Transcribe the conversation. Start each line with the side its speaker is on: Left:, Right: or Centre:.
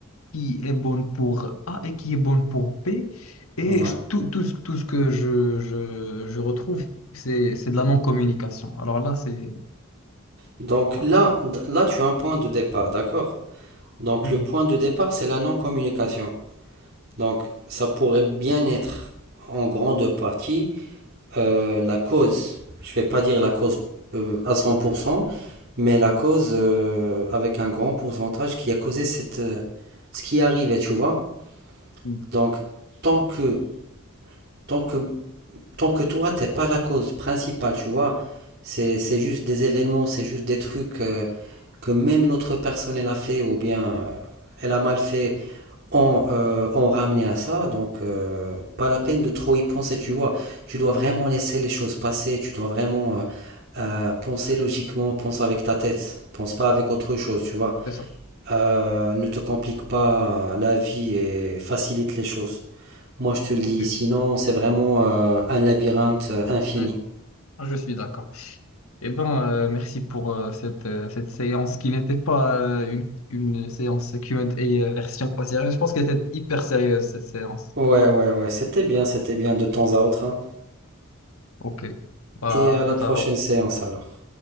Left: qui est bonne pour A et qui est bonne pour B. Et
Right: Ouais.
Left: je- tout, tout, ce tout ce que je, je, je retrouve, c'est c'est de la non-communication. Alors là, c'est...
Right: Donc
Left: Voilà.
Right: là, d- là, tu as un point de départ, d'accord? Donc
Left: Mm,
Right: le point de départ, c'est la non-communication. Donc ça pourrait bien être en grande partie euh, la cause, je ne vais pas dire la cause euh, à 100%, mais la cause euh, avec un grand pourcentage qui a causé cette, euh, ce qui arrivait, tu vois.
Left: mm,
Right: Donc, tant que, tant que, tant que toi, t'es pas la cause principale, tu vois, c'est, c'est juste des événements, c'est juste des trucs euh, que même l'autre personne, elle a fait, ou bien euh, elle a mal fait, ont, euh, ont ramené à ça. Donc, euh, pas la peine de trop y penser, tu vois. Tu dois vraiment laisser les choses passer. Tu dois vraiment euh, euh, penser logiquement, pense avec ta tête. Pense pas avec autre chose, tu vois.
Left: c'est ça.
Right: Euh, ne te complique pas la vie et facilite les choses. Moi, je te le dis,
Left: OK.
Right: sinon, c'est vraiment euh, un labyrinthe euh, infini.
Left: Mm, Je suis d'accord. Eh bien, merci pour euh, cette, euh, cette séance qui n'était pas euh, une, une séance Q&A euh, version pas sérieuse. Je pense qu'elle était hyper sérieuse, cette séance.
Right: Ouais, ouais, ouais, c'était bien, c'était bien de temps à autre, hein.
Left: OK. Bah,
Right: Et à
Left: à
Right: la
Left: tout
Right: prochaine
Left: à l'heure.
Right: séance alors.